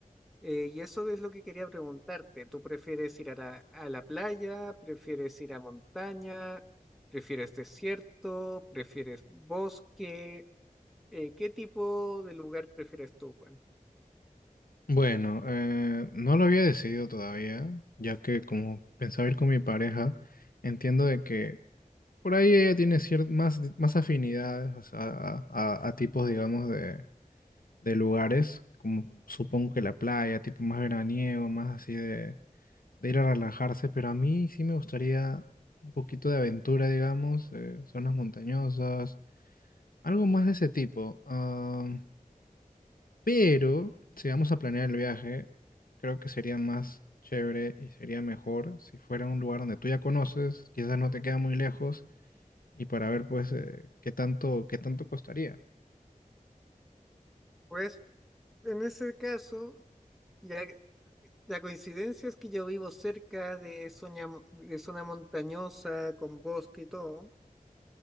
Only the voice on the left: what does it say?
Bueno, eh, no lo había decidido todavía, ya que como pensaba ir con mi pareja, entiendo de que por ahí ella tiene cier- más, más afinidades o sea, a, a- a tipos, digamos, de, de lugares, como supongo que la playa, tipo más veraniego, más así de, de ir a relajarse, pero a mí sí me gustaría un poquito de aventura, digamos, eh, zonas montañosas, algo más de ese tipo. ah, pero si vamos a planear el viaje, creo que sería más chévere y sería mejor si fuera un lugar donde tú ya conoces, quizás no te queda muy lejos, y para ver pues eh, qué tanto, qué tanto costaría.